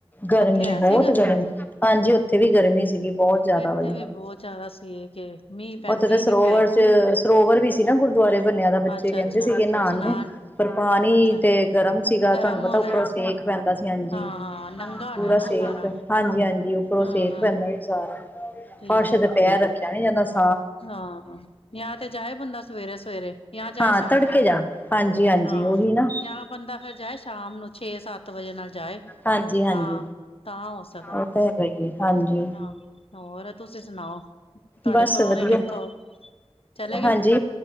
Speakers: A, on the left; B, on the left.
A: ਗਰਮੀ
B: ਉੱਥੇ ਹੈ
A: ਬਹੁਤ
B: ਸੀ
A: ਗਰਮੀ ਹਾਂਜੀ ਉੱਥੇ ਵੀ ਗਰਮੀ ਸੀਗੀ ਬਹੁਤ ਜ਼ਿਆਦਾ
B: ਇੱਥੇ
A: ਵਧੀ
B: ਵੀ ਬਹੁਤ ਜ਼ਿਆਦਾ ਸੀ ਕਿ ਮੀਂਹ ਪੈਂਦੇ
A: ਉਥੇ ਤਾਂ
B: ਹੀ
A: ਸਰੋਵਰ
B: ਨੀ ਪਏ
A: ਚ ਸਰੋਵਰ ਵੀ ਸੀ ਨਾ ਦੁਆਰੇ ਬੰਨਿਆ ਦਾ ਬੱਚੇ
B: ਅੱਛਾ
A: ਕਹਿੰਦੇ
B: ਅੱਛਾ
A: ਸੀਗੇ ਨਹਾਣ
B: ਸੁਨਾਨ
A: ਨੂੰ ਪਰ ਪਾਣੀ
B: ਅੱਛਾ
A: ਤੇ ਗਰਮ ਸੀਗਾ
B: ਗਰਮ
A: ਤੁਹਾਨੂੰ ਪਤਾ
B: ਹੋਣਾ
A: ਉੱਪਰੋਂ ਸੇਕ ਪੈਂਦਾ ਸੀ। ਹਾਂਜੀ
B: ਹਾਂ ਹਾਂ ਨੰਗਾ ਹੋਣਾ
A: ਪੂਰਾ
B: ਨਾ
A: ਸੇਕ
B: ਉਹ ਸਾਰਾ
A: ਹਾਂਜੀ ਹਾਂਜੀ ਉੱਪਰੋਂ
B: ਹਾਂ
A: ਸੇਕ
B: ਹਾਂ
A: ਪੈਂਦਾ ਸੀ ਸਾਰਾ।
B: ਠੀਕ
A: ਫਰਸ਼ ਤੇ
B: ਹੈ ਠੀਕ
A: ਪੈਰ
B: ਹੈ
A: ਰੱਖਿਆ ਨੀ ਜਾਂਦਾ ਸੀ
B: ਹਾਂ ਜਾਂ ਤੇ ਜਾਏ ਬੰਦਾ ਸਵੇਰੇ ਸਵੇਰੇ ਜਾਂ ਜਾਏ
A: ਹਾਂ
B: ਸ਼ਾਮੀ
A: ਤੜਕੇ ਜਾ ਹਾਂਜੀ ਹਾਂਜੀ
B: ਹਾਂ
A: ਉਹੀ ਨਾ
B: ਜਾਂ ਬੰਦਾ ਫੇਰ ਜਾਏ ਸ਼ਾਮ ਨੂੰ ਛੇ ਸੱਤ ਵਜੇ ਨਾਲ ਜਾਏ
A: ਹਾਂਜੀ ਹਾਂਜੀ
B: ਤਾਂ ਤਾਂ ਹੋ ਸਕਦਾ
A: ਉਹ ਤਾਂ ਹੈਗਾ ਹੀ ਹਾਂਜੀ
B: ਹਾਂ ਹੋਰ ਤੁਸੀਂ ਸੁਣਾਓ ਤੁਹਾਡੇ
A: ਬਸ
B: ਪਰੋਣੇ
A: ਵਧੀਆ
B: ਕਿੱਥੋਂ ਚਲੇ ਗਏ
A: ਹਾਂਜੀ